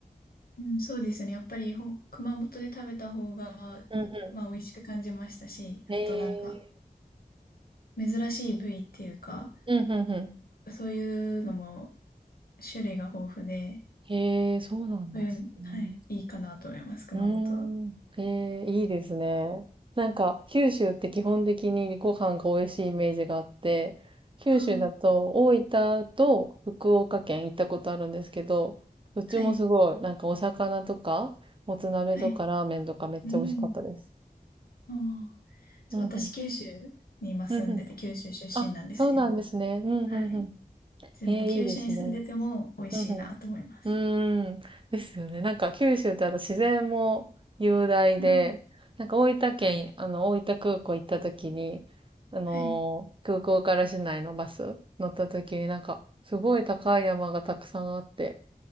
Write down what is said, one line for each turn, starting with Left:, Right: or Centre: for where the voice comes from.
Left: うん、そうですね。やっぱりほん、熊本で食べた方が、
Right: うんう
Left: まあ、美味しく感じましたし、
Right: ん。へえ。
Left: あとなんか、珍しい部位っていうか、
Right: うん、うんう
Left: そういうのも種類が豊富で、
Right: ん。へえ、そうなんですね。
Left: そういう、はい、いいかなと思います、熊本は。
Right: うーん。へえ、いいですね。なんか、九州って基本的にご飯が美味しいイメージがあって、九州だと大分と福岡県行ったことあるんですけど、
Left: ああ、
Right: どっちもすごい、
Left: はい、
Right: なんかお魚とか、もつ鍋とかラーメンとかめっちゃ美味しかったです。
Left: はい。うん。ああ、そう、
Right: うんうん。
Left: 私、九州に今住んでて、
Right: うんうん。
Left: 九州出身なんですけど、
Right: あ、そうなんですね。うんうんうん。
Left: はい。でも、
Right: ええ、
Left: 九州に住んでても美味しいなと思います。
Right: いいですね。うんうん。うーん、ですよね。なんか九州ってあと自然も雄大で、
Left: うん。
Right: なんか大分県、あの、大分空港行った時に、あのー空港から市内のバス乗った時になんか、
Left: はい。
Right: すごい高い山がたくさんあって、